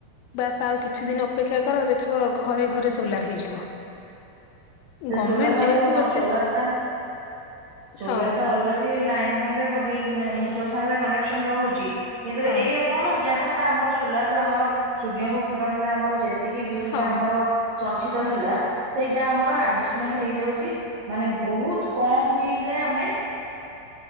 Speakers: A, on the left (about 85°); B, on the right (about 75°).
A: ବାସ୍ ଆଉ କିଛି ଦିନ ଅପେକ୍ଷା କର ଦେଖିବ ଘରେ ଘରେ ସୋଲାର ହେଇଯିବ
B: ସେ
A: ଗମେଣ୍ଟ
B: ସୋଲାର ମାଧ୍ୟମରେ
A: ଯେହେତୁ
B: କଣ
A: ଏ
B: ସୋଲାର ଟା ସୋଲାର
A: ହଁ
B: ଟା ଆଲରେଡି ଲାଇନ୍ ସାଙ୍ଗ ରେ କଣ କି ମିଟର୍ ସାଙ୍ଗ ରେ କନେସନ ରହୁଛି କିନ୍ତୁ
A: ହଁ
B: ଏଇ କଣ ଯହା ଏଇଟା ଆମର ସୋଲାର ରେ ଆମର ସୂର୍ଯ୍ୟଙ୍କ କିରଣ ରେ ଆମର ଯେତିକି ବିଲ୍
A: ହଁ
B: ଟା ଆମର ସନ ସଞ୍ଚିତ‌ ହେଲା ସେଇଟା ଆମର ଆ ଅଧୂମେଣ୍ଟ ହୋଉଛି ମାନେ ବହୁତ ବିଲ୍ ରେ ଆମେ